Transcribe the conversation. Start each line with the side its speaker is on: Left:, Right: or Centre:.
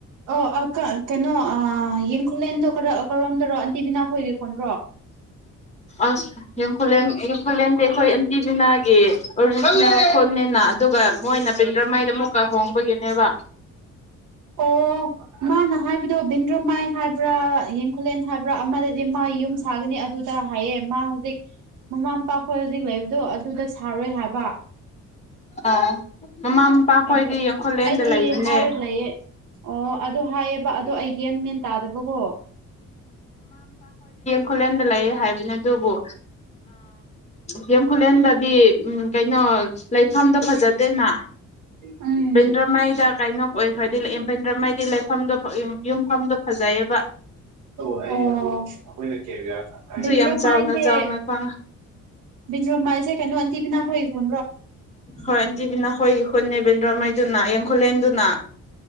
Right: ꯑꯣ ꯑ ꯀꯩꯅꯣ ꯑ ꯌꯦꯡꯈꯂꯦꯟꯗꯣ ꯀꯔꯣꯝꯗꯔꯣ ꯑꯟꯇꯤꯕꯤꯅꯥ ꯈꯣꯏꯒꯤ ꯈꯣꯣꯟ꯭ꯔꯣ
Left: ꯑꯁꯈꯨꯂꯦꯟ ꯌꯦꯡꯈꯨꯂꯦꯟꯗꯤ ꯑꯩꯈꯣꯏ ꯑꯟꯇꯤꯕꯤꯅꯥꯒꯤ ꯑꯣꯔꯤꯖꯤꯅꯦꯜ ꯐꯣꯟꯅꯦꯅ ꯑꯗꯨꯒ ꯃꯣꯏꯅ ꯄꯟꯗ꯭ꯔꯃꯩꯗ ꯑꯃꯨꯛꯀ ꯍꯣꯡꯕꯒꯤꯅꯦꯕ
Right: ꯑꯣ ꯑꯣ ꯃꯥꯅ ꯍꯥꯏꯕꯗꯣ ꯚꯟꯗ꯭ꯔꯣꯃꯥꯏ ꯍꯥꯏꯕ꯭ꯔꯥ ꯌꯦꯡꯈꯨꯂꯦꯟ ꯍꯥꯏꯕ꯭ꯔꯥ ꯑꯃꯗꯗꯤ ꯃꯥ ꯌꯨꯝ ꯁꯥꯒꯅꯤ ꯑꯗꯨ ꯗ ꯍꯥꯏꯌꯦ ꯃꯥ ꯍꯧꯖꯤꯛ ꯃꯃꯥ ꯃꯄꯥꯈꯣꯏ ꯍꯧꯖꯤꯛ ꯂꯩꯕꯗꯣ ꯑꯗꯨꯗ ꯁꯥꯔꯣꯏ ꯍꯥꯏꯕ
Left: ꯑ ꯃꯃꯥ ꯃꯄꯥ
Right: ꯑꯗꯨ
Left: ꯈꯣꯏꯗꯤ ꯌꯥꯡꯈꯣꯂꯦꯟꯗ
Right: ꯑꯩꯗꯤ
Left: ꯂꯩꯕꯅꯦ
Right: ꯍꯥꯏꯔ ꯂꯩꯌꯦ ꯑꯣ ꯑꯗꯨ ꯍꯥꯏꯌꯦꯕ ꯑꯗꯨ ꯑꯩꯒꯦꯟ ꯃꯦꯟ ꯇꯥꯗꯕꯀꯣ
Left: ꯈꯨꯂꯦꯟꯗ ꯂꯩꯌꯦ ꯍꯥꯏꯕꯅꯤ ꯑꯗꯨꯕꯨ ꯎ ꯍꯦꯝ ꯈꯨꯂꯦꯟꯗꯗꯤ ꯎꯝ ꯀꯩꯅꯣ ꯂꯩꯐꯝꯗ ꯐꯖꯗꯦꯅ
Right: ꯎꯝ
Left: ꯕꯦꯟꯗ꯭ꯔꯃꯥꯏꯗ ꯀꯩꯅꯣ ꯑꯣꯏꯈꯗꯤ ꯕꯦꯟꯗ꯭ꯔꯃꯥꯏꯗꯤ ꯂꯩꯐꯝꯗꯣ ꯌꯨꯝꯐꯝꯗ ꯐꯖꯩꯕ
Right: ꯑꯣ ꯑꯩꯈꯣꯏꯣꯥꯏꯁꯦ
Left: ꯌꯥꯝ ꯆꯥꯎꯅ ꯆꯥꯎꯅ ꯐꯪꯉꯦ
Right: ꯕꯤꯟ꯭ꯔꯣꯃꯥꯏꯁꯦ ꯀꯩꯅꯣ ꯑꯟꯇꯤꯕꯤꯅꯥ ꯍꯣꯏꯕ꯭ꯔꯣ
Left: ꯍꯣꯏ ꯇꯤꯕꯤꯅꯥ ꯍꯣꯏ ꯍꯣꯏ ꯅꯦꯕꯦꯟ꯭ꯔꯃꯥꯏ ꯅ ꯌꯦꯡꯈꯨꯂꯦꯟꯗꯨꯅ